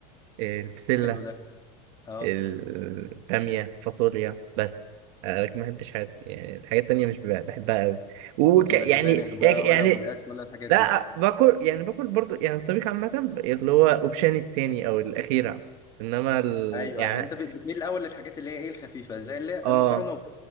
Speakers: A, on the right; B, on the left.
A: آه، البسله
B: حلو ده اه
A: البامية فاصوليا بس آه، لكن ما بحبش حاجات يعني الحاجات التانية مش بح- بحبها قوي وك
B: لكن
A: يعني
B: لا سبانخ بقى
A: يعني يعني،
B: ولا ونقاس ولا الحاجات
A: لا
B: دي
A: باكل يعني باكل برضو يعني الطبيخ عامة اللي هو اوبشن التاني او الاخيرة انما ال...
B: ايوه
A: يعني
B: يعني انت بت- بتميل الاول للحاجات اللي هي ايه الخفيفه زي اللي هي
A: اه
B: المكرونه وب-